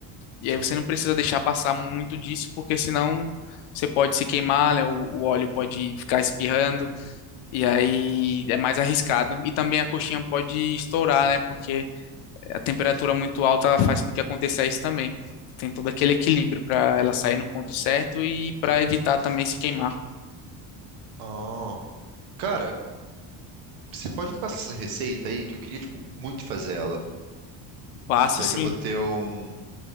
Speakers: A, on the left (about 75°); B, on the right (about 80°).
A: E aí você não precisa deixar passar muito disso, porque senão você pode se queimar, né? O, o óleo pode ficar espirrando, e aí é mais arriscado. E também a coxinha pode estourar, né? Porque a temperatura muito alta faz com que aconteça isso também. Tem todo aquele equilíbrio para ela sair no ponto certo e para evitar também se queimar.
B: Ah, cara, você pode me passar essa receita aí que eu queria, tipo, muito fazer ela.
A: Passo
B: Já
A: sim,
B: que eu vou ter um,